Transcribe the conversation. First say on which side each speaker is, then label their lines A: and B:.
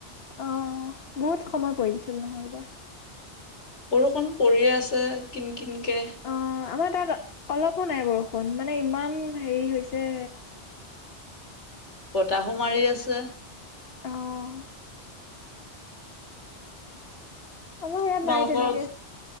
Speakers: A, on the left; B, on the left.
A: আহ বহুত সময় পৰিছিল নহয় বা
B: বৰষুণ পৰিয়ে আছে। কিন কিনকে।
A: অ আমাৰ তাত অলপো নাই বাৰু অকন মানে ইমান হেৰি হৈছে
B: বতাহো মাৰি আছে।
A: আহ আমাৰ ইয়াত
B: তোমালোকৰ
A: নাই তেনেকে